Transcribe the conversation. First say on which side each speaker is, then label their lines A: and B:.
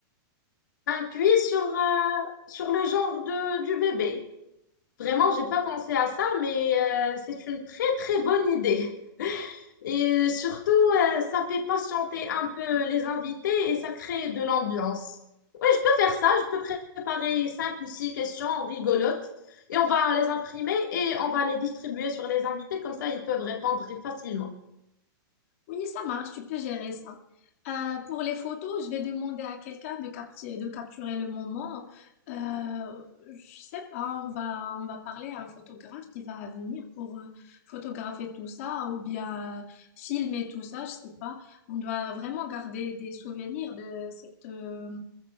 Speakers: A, on the left; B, on the left.
A: Un quiz sur, euh, sur le genre de, du bébé. Vraiment, j'ai pas pensé à ça, mais euh, c'est une très très bonne idée. Et surtout, euh, ça fait patienter un peu les invités et ça crée de l'ambiance. Oui, je peux faire ça. Je peux préparer cinq ou six questions rigolotes et on va les imprimer et on va les distribuer sur les invités. Comme ça, ils peuvent répondre facilement.
B: Oui, ça marche, tu peux gérer ça. Euh, pour les photos, je vais demander à quelqu'un de capturer, de capturer le moment. Euh, je sais pas, on va, on va parler à un photographe qui va venir pour euh, photographier tout ça ou bien euh, filmer tout ça, je sais pas. On doit vraiment garder des souvenirs de cette, euh,